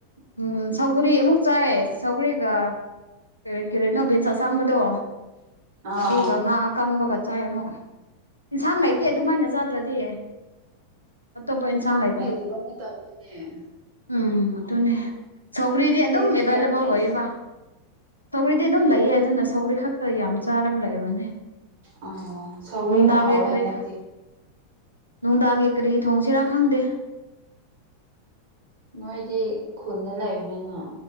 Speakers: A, on the left; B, on the right.
A: ꯎꯝ ꯁꯧꯒꯔꯤ ꯑꯃꯨꯛ ꯆꯥꯏ ꯁꯧꯒꯔꯤꯒ ꯀꯔꯤ ꯀꯔꯤꯅꯣ ꯕꯤꯟꯁ ꯑꯁꯥꯡꯕꯗꯣ
B: ꯑꯥ
A: ꯑꯗꯨꯒ ꯉꯥ ꯑꯀꯪꯕꯒ ꯆꯥꯏ ꯑꯃꯨꯛ꯫ ꯏꯟꯁꯥꯡ ꯂꯩꯇꯦ ꯑꯗꯨꯃꯥꯏꯅ ꯆꯥꯗ꯭ꯔꯗꯤ ꯑꯇꯣꯞꯄ ꯏꯟꯁꯥꯡ ꯂꯩ
B: ꯀꯩꯅꫭꯃꯥ ꯇꯧꯕꯅꯦ
A: ꯎꯝ ꯑꯗꯨꯅꯦ ꯁꯧꯒ꯭ꯔꯤꯗꯤ
B: ꯁꯤꯗꯗꯤ
A: ꯑꯗꯨꯝ ꯑꯦꯚꯥꯏꯂꯦꯕꯜ
B: ꯌꯥꯝ ꯂꯩ
A: ꯑꯣꯏꯌꯦꯕ ꯁꯧꯒ꯭ꯔꯤꯗꯤ ꯑꯗꯨꯝ ꯂꯩꯌꯦ ꯑꯗꯨꯅ ꯁꯧꯒꯔꯤ ꯈꯛꯇꯥ ꯌꯥꯝ ꯆꯥꯔꯒ ꯂꯩꯕꯅꯦ
B: ꯑꯣ ꯁꯧꯒꯔꯤꯅ
A: ꯅꯨꯡꯗꯥꯡꯒꯤ
B: ꯍꯥꯎꯋꯦ
A: ꯀꯔꯤ
B: ꯍꯟꯗꯛꯇꯤ
A: ꯅꯨꯡꯗꯥꯡꯒꯤ ꯀꯔꯤ ꯊꯣꯡꯁꯤꯔꯥ ꯈꯪꯗꯦ
B: ꯅꯣꯏꯗꯤ ꯈꯨꯟꯗꯥ ꯂꯩꯕꯅꯤꯅ